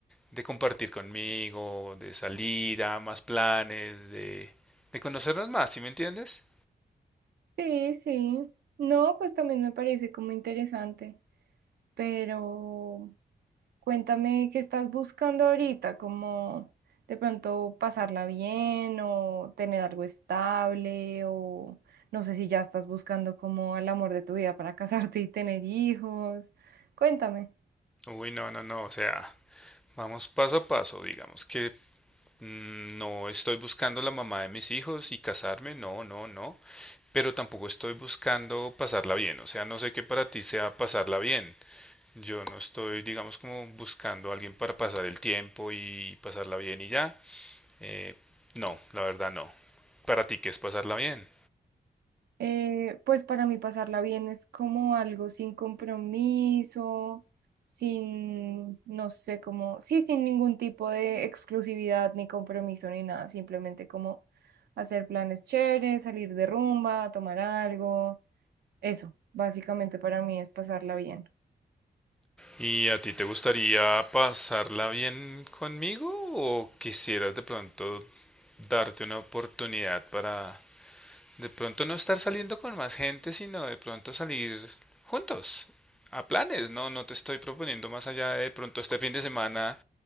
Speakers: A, in the centre; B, on the right (about 80°).
A: de compartir conmigo, de salir a más planes, de, de conocernos más, ¿sí me entiendes?
B: Sí, sí. No, pues también me parece como interesante, pero Cuéntame qué estás buscando ahorita, como de pronto pasarla bien o tener algo estable o no sé si ya estás buscando como el amor de tu vida para <laughs> casarte y tener hijos. Cuéntame.
A: Uy, no, no, no, o sea, vamos paso a paso, digamos que mm, no estoy buscando la mamá de mis hijos y casarme, no, no, no, pero tampoco estoy buscando pasarla bien, o sea, no sé qué para ti sea pasarla bien. Yo no estoy, digamos, como buscando a alguien para pasar el tiempo y pasarla bien y ya. Eh, no, la verdad no. Para ti, ¿qué es pasarla bien?
B: Eh, pues para mí pasarla bien es como algo sin compromiso, sin, no sé, como, sí, sin ningún tipo de exclusividad ni compromiso ni nada, simplemente como hacer planes chéveres, salir de rumba, tomar algo. Eso, básicamente para mí es pasarla bien.
A: ¿Y a ti te gustaría pasarla bien conmigo o quisieras de pronto darte una oportunidad para de pronto no estar saliendo con más gente, sino de pronto salir juntos a planes? No, no te estoy proponiendo más allá de, de pronto este fin de semana